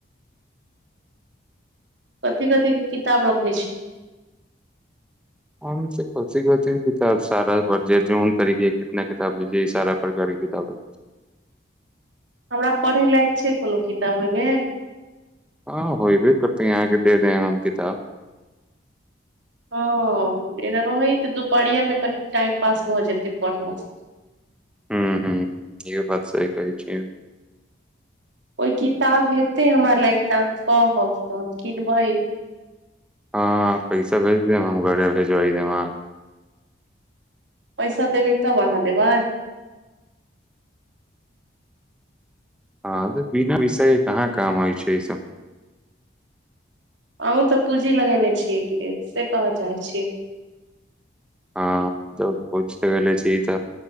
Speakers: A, on the right (about 80°); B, in the centre.
A: कथिी कथी के किताब रखै छी
B: हम कथ कथ किताब सारा पढ़न तरीके के कितना किताब हो सारा सरकारी किताब
A: हमरा पढ़य लायक छै कोनो किताब ओहिमे
B: ह होयी कोतन आ देे देन अनकीत
A: हँ ए रहै तऽ दुपहरिया मे कनि टाइम पास भऽ जेतै पढ़ला से
B: हू हू ईहो बात सह कहै छी
A: ओहि किताब हेते हमर लागक तऽ अहाँ कहब त हम किनबै
B: हँ पैसा भेज देम हम घरे भेजाई देबाँ
A: पैसा देबै तब अहाँ देबै
B: ह बिना विषय कहाँ काम होइ छै सब
A: अहँ तऽ पूंजी लगेने छीयैएहिके लेल से कहऽ चाहै छी
B: आ पल चीत